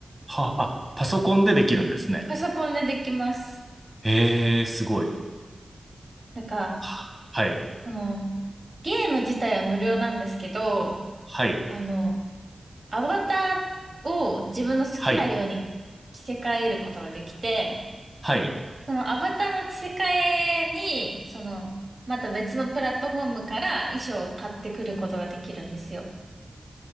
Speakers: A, on the right; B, on the right.
A: はあ、あ、パソコンでできるんですね。
B: パソコンでできます。
A: へえ、すごい。
B: なんか、
A: はあはい、
B: この、ゲーム自体は無料なんですけど、
A: はい、
B: あの、アバターを自分の好きなように着せ替えることができて、
A: はい、はい。
B: そのアバターの着せ替えに、その、また別のプラットフォームから衣装を買ってくることができるんですよ。